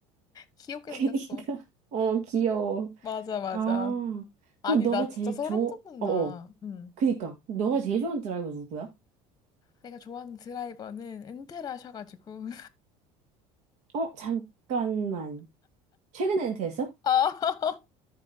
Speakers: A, on the left; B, on the right.
A: 귀엽게
B: <laughs>
A: 생겼어.
B: 그니까. 어 귀여워.
A: 맞아, 맞아.
B: 아. 그럼
A: 아니,
B: 너가
A: 나
B: 제일
A: 진짜 소름
B: 좋아.
A: 돋는다.
B: 어어.
A: 응.
B: 그니까. 너가 제일 좋아하는 드라이버 누구야?
A: 내가 좋아하는 드라이버는 은퇴를 하셔가지고.
B: 어 잠깐만. 최근에 은퇴했어?
A: <laughs> 아,